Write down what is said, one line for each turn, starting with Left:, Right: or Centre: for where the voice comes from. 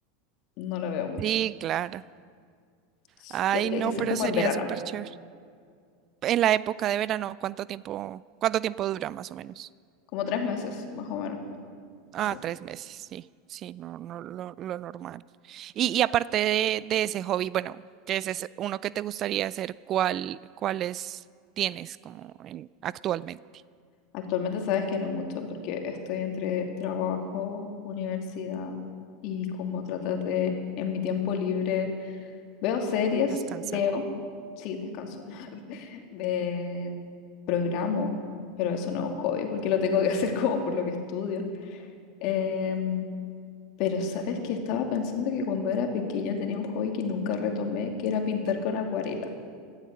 Left: no lo veo mucho.
Right: Sí, claro.
Left: Sí,
Right: Ay,
Left: tendría
Right: no,
Left: que ser
Right: pero
Left: como
Right: sería
Left: en verano,
Right: súper chévere. En la época de verano, ¿cuánto tiempo, cuánto tiempo dura más o menos?
Left: como tres meses, más o menos.
Right: Ah,
Left: Sí.
Right: tres meses, sí, sí, no, no, lo, lo normal. Y, y aparte de, de ese hobby, bueno, que ese es uno que te gustaría hacer, ¿cuál, cuáles tienes como en, actualmente?
Left: Actualmente sabes que no mucho porque estoy entre trabajo, universidad y como tratar de, en mi tiempo libre, veo series,
Right: Descansar.
Left: leo, sí, descanso, <laughs> eh, programo, pero eso no es un hobby porque lo tengo que <laughs> hacer como por lo que estudio. Em, pero sabes que estaba pensando que cuando era pequeña tenía un hobby que nunca retomé, que era pintar con acuarela.